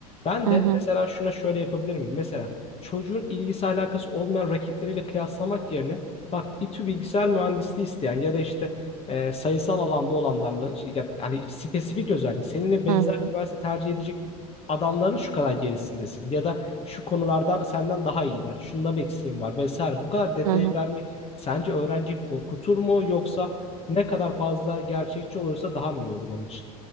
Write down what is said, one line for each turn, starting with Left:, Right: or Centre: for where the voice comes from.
Left: Ben
Right: hı
Left: de
Right: hı,
Left: mesela şuna şöyle yapabilir miyim? Mesela çocuğun ilgisi alakası olmayan rakipleriyle kıyaslamak yerine bak İTÜ bilgisayar mühendisliği isteyen ya da işte e, sayısal alanda olanlarla şey, ya da, yani spesifik özellik seninle benzer
Right: hı hı,
Left: üniversite tercih edecek adamların şu kadar gerisindesin ya da şu konularda senden daha iyiler. Şunların eksiğin var vesaire. Bu kadar detayı
Right: hı hı.
Left: vermek sence öğrenciyi korkutur mu yoksa ne kadar fazla gerçekçi olursa daha mı iyi olur onun için?